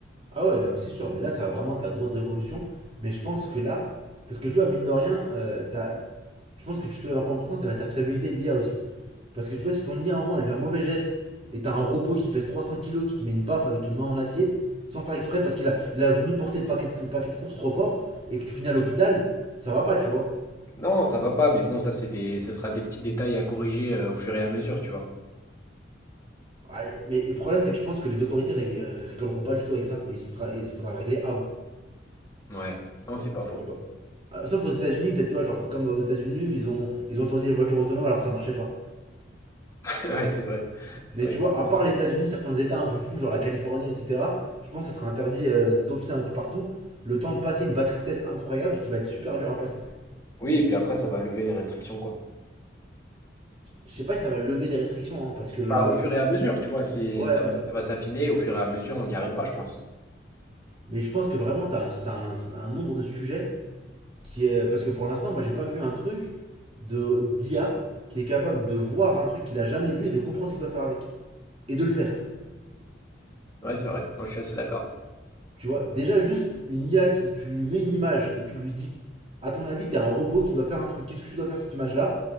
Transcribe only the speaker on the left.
Non, ça va pas, mais bon, ça, c'est des, ce sera des petits détails à corriger euh, au fur et à mesure, tu vois.
Ouais, non, c'est pas faux.
Ouais, <laughs> c'est vrai. C'est
vrai
qu'ils
ont
des
bases.
Oui et puis après ça va lever les restrictions, quoi.
Bah, au fur et à mesure, tu vois? C'est
ça
va
ça va s'affiner au fur et à mesure, on y arrivera, je pense.
Ouais, c'est vrai. Moi, je suis assez d'accord.